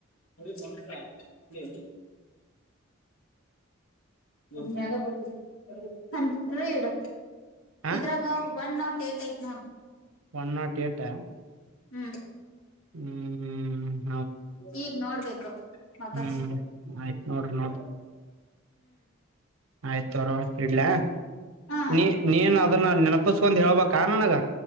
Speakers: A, on the left; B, on the right.
A: ನಂಗೆ ಆವಾಗ್ಲೇ ಗೊತ್ತಾ ಇತ್ತು ಅಂದ್ರೆ ಇದು
B: ಹ
A: ಇದ್ರಾಗ ಒನ್ ನಾಟ್ ಏಟ್ ಐಟ್ ನೋಡಿ
B: ಒನ್ ನಾಟ್ ಏಟ್ಾ
A: ಹ್ಮ್
B: ಹೂ ಹೂ
A: ಈಗ್ ನೋಡ್ಬೇಕು ವಾಪಸ್
B: ಹ್ಮ್ ಆಯ್ತ್ ನೋಡ್ರಿ
A: ಹೂ
B: ಆಯ್ತರ ತಾಗೋರ್ವ ಇಡ್ಲ
A: ಹಾ
B: ನೀ ನೀನ್ ಅದನ್ನ ನೆನಪಸ್ಕೊೊಂಡ್ ಹೇಳ್ಬ ಆ ನನಗ